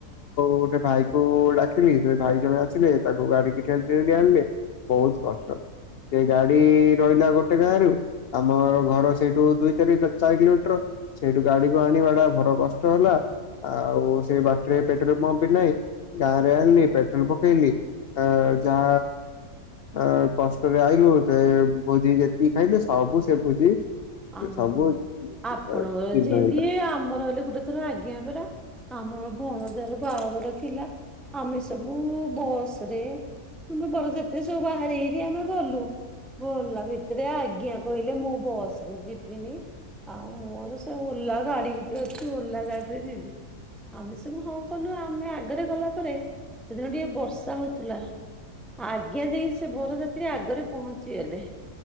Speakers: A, on the left; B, in the centre.
A: ଗୋଟେ ଭାଇ କୁ ଡାକିଲି ସେ ଭାଇ ଜଣେ ଆସିଲେ ତାକୁ ଗାଡିକି ଠେ ଆଣିଲେ ବହୁତ କଷ୍ଟ ସେ ଗାଡି ରହିଲା ଗୋଟେ ଗାଁ ରୁ। ଆମର ଘର ସେଇଠୁ ଦୁଇ ଚାରି ଚାରି କିଲୋମିଟର। ସେଇଠୁ ଗାଡିକୁ ଆଣିବା ଟା ଭାରି କଷ୍ଟ ହେଲା ଆଉ ସେଇ ବାଟରେ ପେଟ୍ରୋଲ ପମ୍ପ ବି ନାହିଁ। ଗାଁରେ ଆଣିଲି ପେଟ୍ରୋଲ ପକେଇଲି ଅ ଯା ଆ କଷ୍ଟରେ ଆଇଲୁ ସେ ଭୋଜି ଯେତିକି ଖାଇଲେ ସବୁ ସେ ଭୋଜି
B: ଆମ
A: ସବୁ ଚିହ୍ନ
B: ଆପଣଙ୍କର ଯେମିତି
A: ହେଇଗଲା
B: ଆମର ହେଲେ ଗୋଟେ ର ଆଜ୍ଞା ପରା ଆମର ଭଣଜାର ବାହାଘର ଥିଲା। ଆମେ ସବୁ ବସ ରେ ତୁମେ ବର ଯାତ୍ରୀ ସହ ବାହାରି କିରି ଆମେ ଗଲୁ। ଗଲା ଭିତରେ ଆଜ୍ଞା କହିଲେ ମୁଁ ବସ୍ ରେ ଯିବିନି ଆଉ ମୋର ସେ ଓଲା ଗାଡି ଗୋଟେ ଅଛି ଓଲା ଗାଡିରେ ଯିବି। ଆମେ ସବୁ ହଁ କଲୁ ଆମେ ଆଗରେ ଗଲା ପରେ ସେଦିନ ଟିକେ ବର୍ଷା ହଉଥିଲା। ଆଗେ ଯାଇକି ସେ ବରଯାତ୍ରୀ ଆଗରେ ପହଞ୍ଚିଗଲେ।